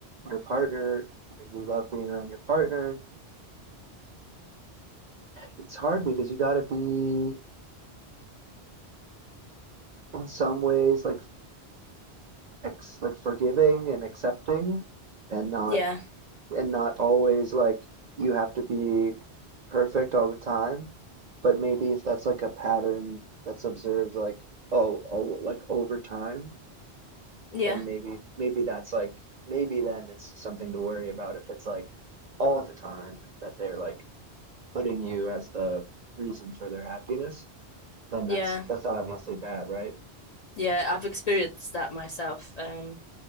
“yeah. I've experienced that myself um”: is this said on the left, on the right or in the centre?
Left